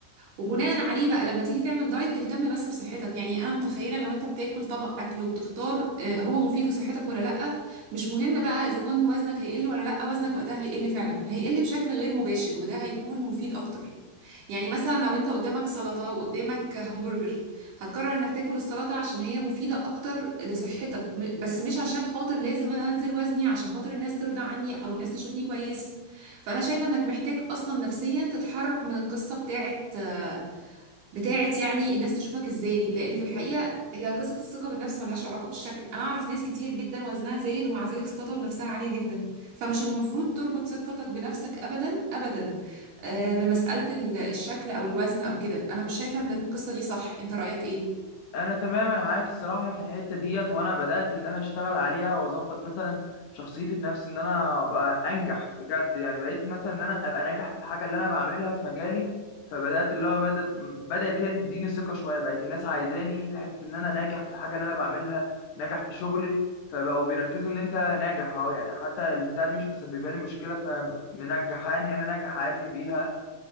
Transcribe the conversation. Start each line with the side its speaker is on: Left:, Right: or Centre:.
Right: وبناء عليه بقى لما تيجي تعمل دايت تهتم بس بصحتك يعني انا متخيله لو انت بتاكل طبق اكل وبتختار آه، هو مفيد لصحتك ولا لا مش مهم بقى اذا كان وزنك هيقل ولا لا وزنك وقتها هيقل فعلا هيقل بشكل غير مباشر وده هيكون مفيد اكتر يعني مثلا لو انت قدامك سلطه وقدامك همبرجر هتقرر انك تاكل السلطه عشان هي مفيده اكتر لصحتك م- بس مش عشان خاطر لازم انا انزل وزني عشان خاطر الناس ترضى عني او الناس تشوفني كويس فانا شايفه انك محتاج اصلا نفسيا تتحرر من القصه بتاعت آه، بتاعت يعني الناس تشوفك ازاي لان في الحقيقه هي قصه الثقه بالنفس ملهاش علاقه بالشكل انا اعرف ناس كتير جدا وزنها زايد ومع ذلك ثقتها بنفسها عاليه جدا فمش المفروض تربط ثقتك بنفسك ابدا ابدا آه، بمساله ال- الشكل او الوزن او كده انا مش شايفه ان القصه دي صح انت رايك ايه
Left: انا تمام انا معاك الصراحه في الحته ديت وانا بدات ان انا اشتغل عليها واظبط مثلا شخصيتي في نفسي ان انا ابقى انجح بجد يعني بقيت مثلا ان انا ابقى ناجح في الحاجه اللي انا بعملها في مجالي فبدات اللي هو مدى بدات هي تديني ثقه شويه بقت الناس عايزاني لحته ان انا ناجح في الحاجه اللي انا بعملها ناجح في شغلي فبقوا بيركزوا ان انت ناجح اهو يعني حتى البتاع دي مش مسببه لي مشكله فمنجحاني انا ناجح عادي بيها